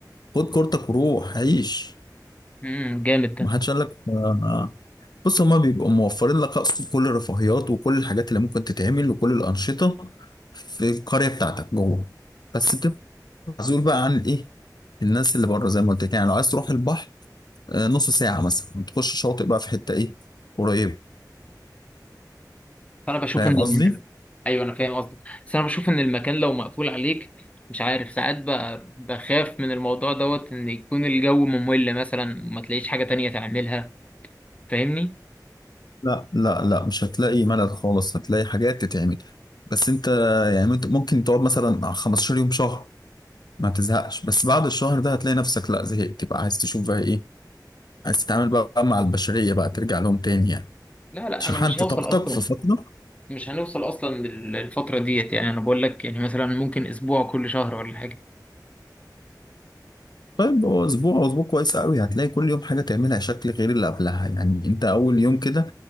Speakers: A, on the left; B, on the left.
A: خد كورتك وروح عيش
B: امم جامد ده
A: ما حدش قال لك آه، بص هما بيبقوا موفرين لك اقصد كل الرفاهيات وكل الحاجات اللي ممكن تتعمل وكل الانشطه في القريه بتاعتك جوه بس بتبقى معزول بقى عن ايه الناس اللي بره زي ما قلت لك يعني لو عايز تروح البحر آه، نص ساعه مثلا تخش شاطئ بقى في حته ايه قريب
B: فانا بشوف
A: فاهم
B: ان
A: قصدي
B: إن- ايوه انا فاهم قصدك بس انا بشوف ان المكان لو مقفول عليك مش عارف ساعات بقى بخاف من الموضوع دوت ان يكون الجو ممل مثلا ما تلاقيش حاجه تانية تعملها فاهمني
A: لا لا لا مش هتلاقي ملل خالص هتلاقي حاجات تتعمل بس انت يعني ممكن ممكن تقعد مثلا 15 يوم شهر ما تزهقش بس بعد الشهر ده هتلاقي نفسك لا زهقت تبقى عايز تشوف بقى ايه عايز تتعامل بقى مع البشرية بقى ترجع لهم تاني يعني
B: لا لا
A: شحنت
B: انا مش هوصل
A: طاقتك
B: اصلا
A: في فترة
B: مش هنوصل اصلا لل- للفتره ديت يعني انا بقول لك يعني مثلا ممكن اسبوع كل شهر ولا حاجه
A: طيب هو أسبوع أو أسبوع كويس قوي هتلاقي كل يوم حاجة تعملها شكل غير اللي قبلها يعني أنت أول يوم كده